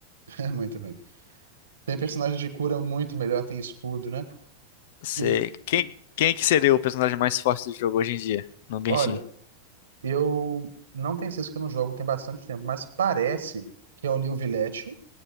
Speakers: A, on the right; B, on the left.
A: <laughs> É muito ruim. Tem personagem de cura muito melhor, tem escudo, né?
B: Sei.
A: E,
B: Quem, quem que seria o personagem mais forte do jogo hoje em dia? No Genshin.
A: olha, eu não tenho certeza que eu não jogo tem bastante tempo, mas parece que é o Neil Villette,